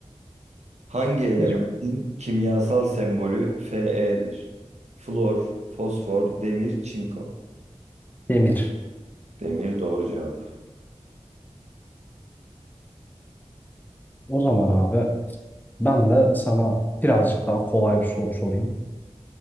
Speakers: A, on the right (about 70°); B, on the left (about 15°).
A: Hangi elementin
B: Ve çok
A: kimyasal sembolü Fe'dir? Flor, fosfor, demir, çinko.
B: demir.
A: Demir doğru cevap.
B: O zaman abi ben de sana birazcık daha kolay bir soru sorayım.